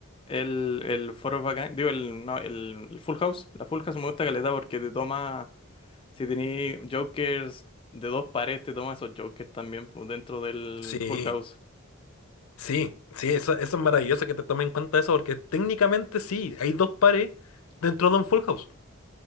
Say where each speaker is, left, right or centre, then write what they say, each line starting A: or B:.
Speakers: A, on the left; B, on the left.
A: el, el Four of a Kind? Digo, el, no, el, el Full House. La Full House me gusta Galeta porque te toma, si tenés Jokers de dos pares, te toma esos Jokers también pues, dentro del
B: Sí,
A: Full House.
B: sí, sí, eso, eso es maravilloso que te tomen en cuenta eso, porque técnicamente sí, hay dos pares dentro de un full house.